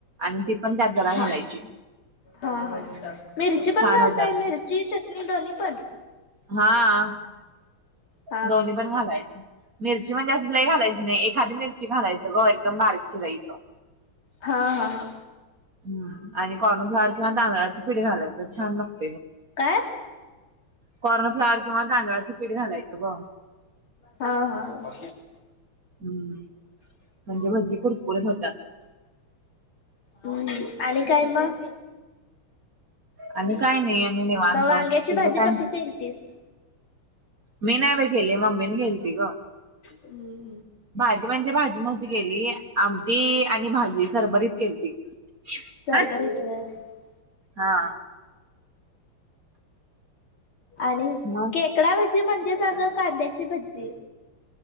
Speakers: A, on the right; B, on the left.
A: आणि ती पण त्यात जरा
B: हा
A: घालायची
B: हा हा मिरची पण
A: छान
B: घालताय
A: होतात मग
B: मिरची चटणी दोनी पण
A: हा
B: हा
A: दोन्ही पण घालायच मिरची म्हणजे असही घालायची नाही एखादी मिरची घालायचं ब एकदम बारकी <inaudible>
B: हा हा हां
A: हम आणि कॉर्नो फ्लावर किंवा तांदळां पीठ घालायचं छान लागत
B: काय
A: कॉर्नफ्लावर किंवा गांदळाचं पीठ घालायचं ब
B: हा हा‌.
A: हम्म म्हणजे भजी कुरकुरीत होत्यात.
B: हम्म आणि काय मग?
A: आणि काय
B: मग
A: नाही आणि निवांत
B: वांग्याची
A: तुझं
B: भाजी
A: काय
B: कशी केल तीस?
A: मी नाय बाय गेली मम्मीनी केलती ग.
B: हम्म..
A: भाजी म्हणजे भाजी नव्हती गेली आमटी आणि भाजी सरबरीत केलती
B: सर्वर
A: अच्छा
B: इथलं
A: हा..
B: आणि
A: मग.
B: खेकडा भजी म्हणजे अग कांद्याची भजी.